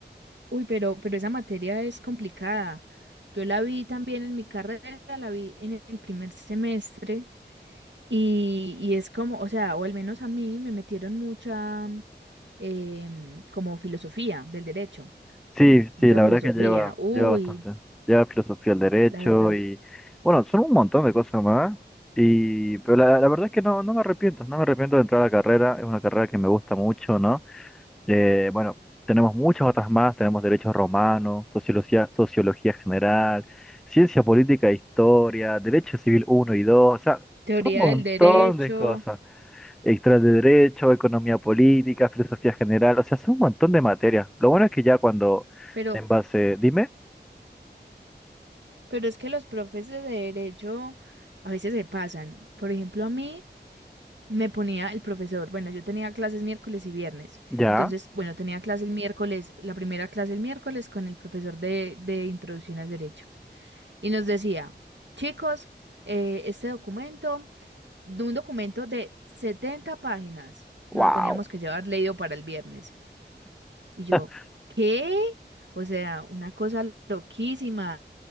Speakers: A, on the right; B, in the centre.
A: Uy, pero, pero esa materia es complicada. Yo la vi también en mi carrera, la vi en el primer semestre y, y es como, o sea, o al menos a mí me metieron mucha em, como filosofía del derecho,
B: Sí,
A: mucha
B: sí, la
A: filosofía.
B: verdad que lleva,
A: Uy,
B: lleva bastante. Lleva filosofía del derecho
A: la verdad.
B: y, bueno, son un montón de cosas más. Y, pero la, la verdad es que no, no me arrepiento, no me arrepiento de entrar a la carrera. Es una carrera que me gusta mucho, ¿no? Eh, bueno, tenemos muchas otras más. Tenemos derecho romano, sociología, sociología general, ciencia política e historia, derecho civil uno y dos O sea,
A: Teoría
B: son un montón
A: del derecho,
B: de cosas. Historia de Derecho, Economía Política, Filosofía General, o sea, son un montón de materias. Lo bueno es que ya cuando,
A: pero...
B: en base, dime,
A: Pero es que los profes de derecho a veces se pasan. Por ejemplo, a mí me ponía el profesor, bueno, yo tenía clases miércoles y viernes.
B: ya,
A: Entonces, bueno, tenía clase el miércoles, la primera clase el miércoles con el profesor de, de introducción al derecho. Y nos decía, chicos, eh, este documento, de un documento de 70 páginas, no
B: wow,
A: lo teníamos que llevar leído para el viernes. Y yo,
B: <laughs>
A: ¿qué? O sea, una cosa loquísima.